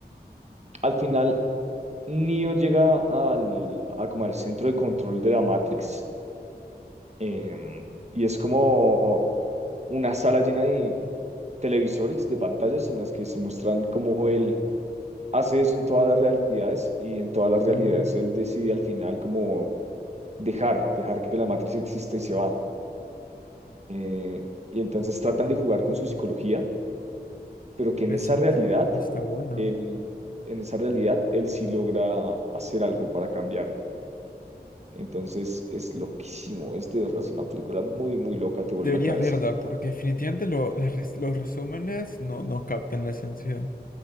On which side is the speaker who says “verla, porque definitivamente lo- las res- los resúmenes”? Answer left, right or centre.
Left